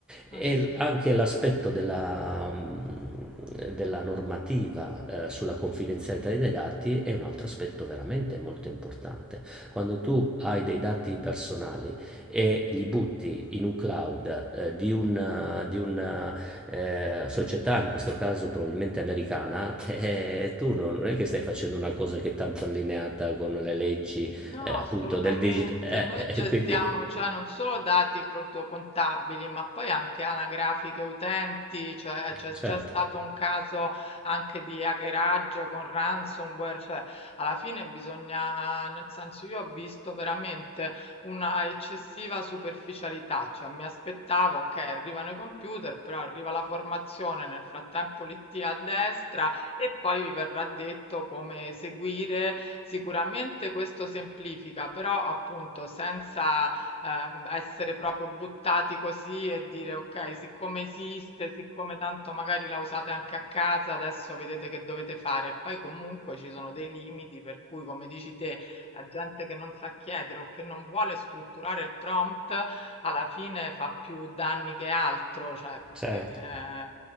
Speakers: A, on the left; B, in the centre.
A: ma
B: E
A: sì.
B: l- anche l'aspetto della, mh, della normativa eh, sulla confidenzialità dei dati è un altro aspetto veramente molto importante. Quando tu hai dei dati personali, e li butti in un cloud eh, di una, di una, eh, società, in questo caso probabilmente americana, <laughs> eh, tu non, non è che stai facendo una cosa che è tanto allineata con le leggi
A: No,
B: eh, appunto
A: assolutamente.
B: del digital.
A: Noi gestiamo,
B: quindi,
A: cioè, non solo dati protocontabili, ma poi anche anagrafiche utenti, cioè c'è
B: certo.
A: già stato un caso anche di hackeraggio con ransomware, cioè alla fine bisogna, nel senso io ho visto veramente una eccessiva superficialità, cioè mi aspettavo, ok, arrivano i computer, però arriva la formazione, nel frattempo l'IT a destra e poi vi verrà detto come eseguire. Sicuramente questo semplifica, però appunto senza ehm, essere proprio buttati così e dire ok, siccome esiste, siccome tanto magari la usate anche a casa, adesso vedete che dovete fare. E poi comunque ci sono dei limiti per cui, come dici te, la gente che non sa chiedere o che non vuole strutturare il prompt, alla fine fa più danni che altro, cioè perché...
B: Certo.
A: eh,